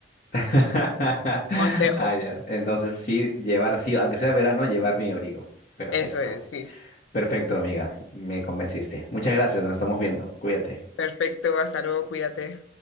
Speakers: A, on the left; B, on the left.
A: <laughs>
B: Consejo,
A: Ah, ya. Entonces sí, llevar, sí, aunque sea verano, llevar mi abrigo. Perfecto.
B: eso es, sí.
A: Perfecto, amiga. Me convenciste. Muchas gracias. Nos estamos viendo. Cuídate.
B: Perfecto, hasta luego, cuídate.